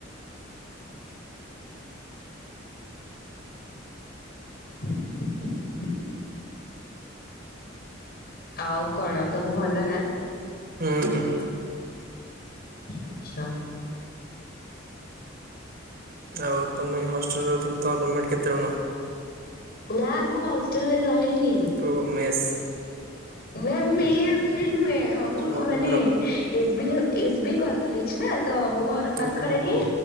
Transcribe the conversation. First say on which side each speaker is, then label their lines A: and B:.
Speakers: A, on the left; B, on the right.
A: <inaudible> ଆଉ କଣ ସବୁ ଭଲ ନା?
B: ହୁଁ ହୁଁ।
A: ଆଚ୍ଛା।
B: ଆଉ ତମେ ହଷ୍ଟେଲରେ ରହୁଥିଲ ତମର ରୁମମେଟ୍ କେତେ ଜଣ?
A: ନା ମୁଁ ହଷ୍ଟେଲରେ ରହିନି।
B: ଓ ମେସ୍?
A: ନା ମେସ୍ ବି ନୁହେଁ ହଉ
B: ଓ
A: ମାନେ
B: ଘର
A: S B S B college ନା ତ ମୋ ଘର ପାଖରେ
B: ଓହୋ
A: ହିଁ।